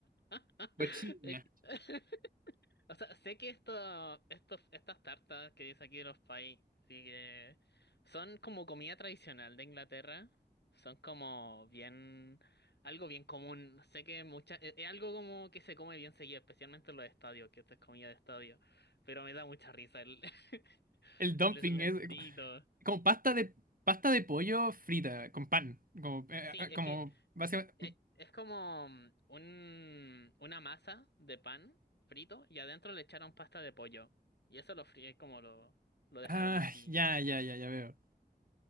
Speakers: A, on the left (about 80°); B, on the right (about 55°).
A: <laughs>
B: Cochiña.
A: Es que- <laughs> O sea, sé que esto, estos estas tartas que dice aquí de los pies, sí que son como comida tradicional de Inglaterra. Son como bien, algo bien común. Sé que mucha, es, es algo como que se come bien seguido, especialmente en los estadios, que esto es comida de estadio. Pero me da mucha risa el, <laughs>
B: El dumping
A: el slime
B: es.
A: frito.
B: como pasta de pasta de pollo frita con pan, como eh,
A: Sí,
B: eh,
A: es
B: como
A: que
B: básicamente
A: eh, es, como mm, un, una masa de pan frito y adentro le echaron pasta de pollo. Y eso lo fríe como lo, lo dejaron
B: ah,
A: así.
B: ya, ya, ya, ya veo.